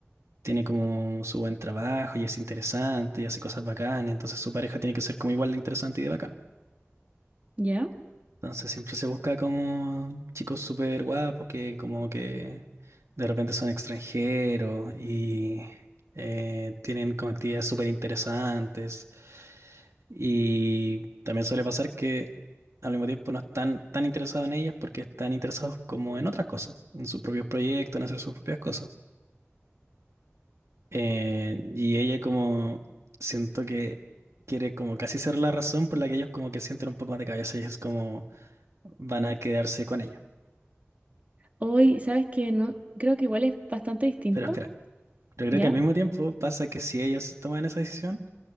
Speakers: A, on the right; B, on the right.
A: tiene como su buen trabajo y es interesante y hace cosas bacanas, entonces su pareja tiene que ser como igual de interesante y de bacán.
B: ¿ya?
A: Entonces siempre se busca como chicos súper guapos que como que de repente son extranjeros y eh, tienen como actividades súper interesantes. Y también suele pasar que al mismo tiempo no están tan interesados en ellas porque están interesados como en otras cosas, en sus propios proyectos, en hacer sus propias cosas. Eh, y ella como siento que quiere como casi ser la razón por la que ellos como que sienten un poco más de cabeza y es como van a quedarse con ella.
B: Hoy, ¿sabes que No, creo que igual es bastante distinto,
A: Pero espera, pero
B: ¿ya?
A: creo que al mismo tiempo pasa que si ellos toman esa decisión,